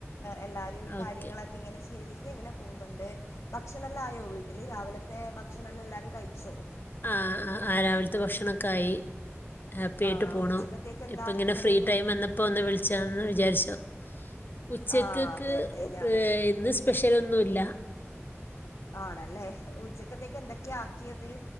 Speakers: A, on the left; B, on the left.
A: എല്ലാരി കാര്യങ്ങളൊക്കെ
B: ഓക്കെ
A: ഇങ്ങനെ ചെയ്തിട്ട് ഇങ്ങനെ പോവുന്നുണ്ട്. ഭക്ഷണല്ലം ആയോ വീട്ട്ല്. രാവിലത്തെ ഭക്ഷണംല്ലാം എല്ലാരും കഴിച്ചോ?
B: ആഹ് ആഹ് രാവിൽത്തെ ഭക്ഷണൊക്കെ ആയി. ഹാപ്പി
A: ആഹ്
B: ആയിട്ട് പോണു.
A: ഉച്ചക്കത്തേക്ക് എന്താ
B: ഇപ്പ
A: ആക്കുന്നത്
B: ഇങ്ങനെ ഫ്രീ ടൈം വന്നപ്പോ ഒന്ന് വിളിച്ചാന്ന് വിചാര്ച്ചു. ഉച്ചക്കക്ക്
A: ആഹ് അതെ അതെ ഞാനും
B: ഇന്ന് സ്പെഷ്യലൊന്നുല്ല.
A: ആണല്ലേ ഉച്ചക്കത്തേക്ക് എന്തൊക്കെയാ ആക്കിയത്.